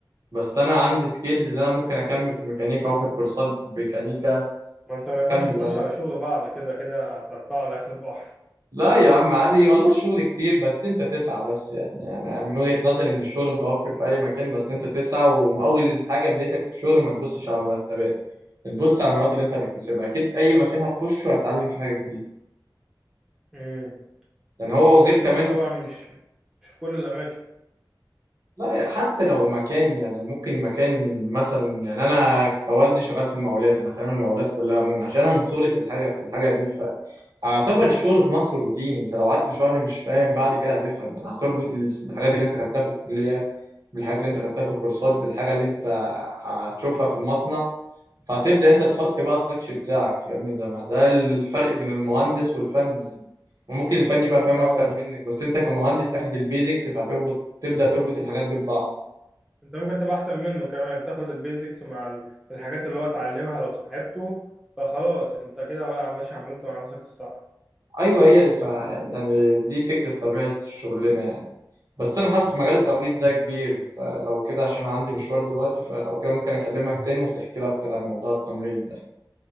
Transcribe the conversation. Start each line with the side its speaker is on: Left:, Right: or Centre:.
Right: بس انا عندي سكيلز اللي انا ممكن اكمل في ميكانيكا واخد كورسات ميكانيكا
Centre: ما انت ما ينفعش
Right: اكمل
Centre: تخش
Right: عادي
Centre: على شغل بعض كده كده هتقطع الاكل ببعض
Right: لا يا عم عادي والله الشغل كتير بس انت تسعى بس يعني انا من وجهة نظري ان الشغل متوفر في اي مكان بس انت تسعى واول حاجه بدايتك في الشغل ما تبصش على مرتبات تبص على المهارات اللي انت هتكتسبها اكيد اي مكان هتخشه هتتعلم فيه حاجه جديده
Centre: امم
Right: يعني هو وغير
Centre: بس
Right: كمان
Centre: مش طبعا مش مش في كل الاماكن
Right: لا حتى لو مكان يعني ممكن مكان مثلا يعني انا كوالدي شغال في المقاولات انا فاهم المقاولات كلها عموما عشان انا من صغري في الحاجه في الحاجه دي فاعتبر الشغل في مصر روتيني انت لو قعدت شهر مش فاهم بعد كده هتفهم يعني هتربط ال- الحاجات اللي انت خدتها في الكليه بالحاجات اللي انت خدتها في الكورسات بالحاجه اللي انت هتشوفها في المصنع فهتبدا انت تحط بقى التاتش بتاعك يا ابني ده ما- ده الفرق بين المهندس والفني يعني وممكن الفني بقى فاهم
Centre: اه
Right: اكتر
Centre: بس
Right: منك بس انت كمهندس اخد البيزكس فهتربط تبدا تربط الحاجات دي ببعض
Centre: انت ممكن تبقى احسن منه كمان تاخد البيزكس مع ال- الحاجات اللي هو اتعلمها لو صاحبته فخلاص انت كده بقى يا باشا عملت مع نفسك الصح
Right: ايوه هي ف يعني دي فكره طبيعه شغلنا يعني بس انا حاسس مجال
Centre: امم
Right: التمريض ده كبير فلو كده عشان عندي مشوار دلوقتي فلو كده ممكن اكلمك تاني وتحكي لي اكتر عن موضوع التمريض ده